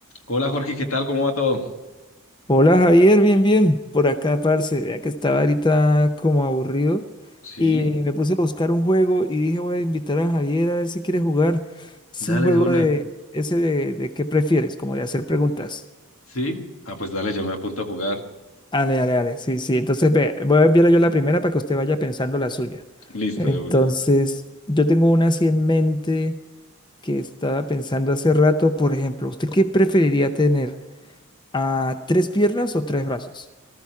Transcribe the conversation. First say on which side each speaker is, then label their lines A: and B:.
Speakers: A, on the left; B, on the left.
A: Hola Jorge, ¿qué tal? ¿Cómo va todo?
B: Hola Javier, bien, bien, por acá, parce, vea que estaba ahorita como aburrido
A: Sí,
B: y me puse a buscar un juego y dije voy a invitar a Javier a ver si quiere jugar. Es
A: Dale
B: un juego
A: de una.
B: de ese de, de qué prefieres, como de hacer preguntas.
A: sí. Ah, pues dale, yo me apunto a jugar.
B: Dale, dale, dale, sí, sí, entonces ve, voy a enviarle yo la primera para que usted vaya pensando la suya.
A: Listo,
B: Entonces,
A: de una.
B: yo tengo una así en mente que estaba pensando hace rato, por ejemplo, ¿usted qué preferiría tener? ¿A tres piernas o tres brazos?